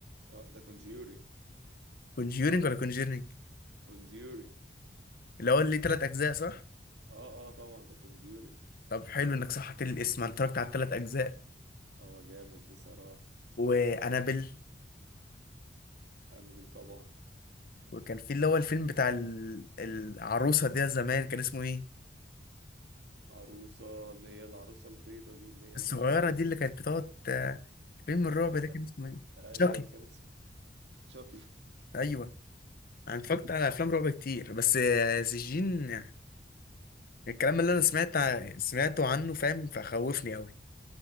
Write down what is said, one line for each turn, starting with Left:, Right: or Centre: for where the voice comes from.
Right: اه ده كونجيورينج
Left: كونجيرنينج ولا كونجيرنينج
Right: كونجيورينج
Left: اللي هو اللي تلات اجزاء صح
Right: اه اه طبعا ده كونجيورينج
Left: طب حلو انك صححت لي الاسم انا اتفرجت على التلات اجزاء
Right: هو جامد بصراحة
Left: وانابل
Right: انابل طبعا
Left: وكان في اللي هو الفيلم بتاع ال- العروسه ده زمان كان اسمه ايه
Right: عروسة اللي هي العروسة البيضة دي اللي
Left: الصغيره
Right: هي كان
Left: دي
Right: اسمها
Left: اللي كانت بتقعد آه، فيلم الرعب
Right: آه
Left: ده كان اسمه ايه
Right: اي
Left: شاكي
Right: كان اسمه شوكي
Left: ايوه انا اتفرجت على افلام رعب كتير بس آه، سجين الكلام اللي انا سمعت ع- سمعته عنه فاهم فخوفني قوي